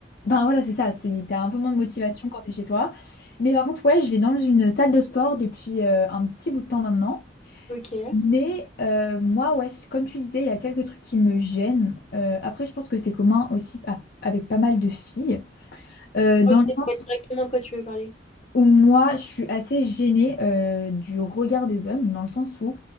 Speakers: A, on the left; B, on the left.
A: ben voilà, c'est ça, c'est, t'as un peu moins de motivation quand t'es chez toi. Mais par contre, ouais, je vais dans une salle de sport depuis euh, un petit bout de temps maintenant.
B: Ok.
A: Mais euh, moi, ouais, c- comme tu disais, il y a quelques trucs qui me gênent. Euh, après, je pense que c'est commun aussi à- avec pas mal de filles. Euh, dans
B: Ok.
A: le
B: je
A: sens
B: Vois directement de quoi tu veux parler.
A: Ou Moi, je suis assez gênée euh, du regard des hommes, dans le sens où